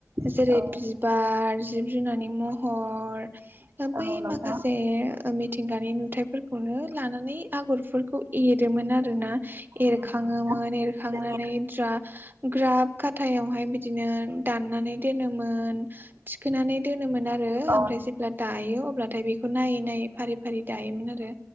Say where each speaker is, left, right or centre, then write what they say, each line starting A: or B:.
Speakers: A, on the right; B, on the right.
A: नामा?
B: जेरै
A: औ
B: बिबार जिब जुनारनि महर
A: औ
B: बै
A: नोंथां
B: माखासे मिथिंगानि नुथाय फोरखौनो लानानै आगरफोरखौ एरोमोन आरोना।
A: औ
B: एरखाङोमोन
A: नंगौ नोंथां
B: एरखांनानै
A: जोंनिया
B: द्रा ग्राब खाथायावहाय बिदिनो दाननानै दोनोमोन थिखोनानै दोनोमोन आरो
A: औ
B: ओमफ्राय
A: नोंथां
B: जेब्ला दायो अब्लाथाय बेखौ बे खौ नायै नायै फारि फारि दायोमोन आरो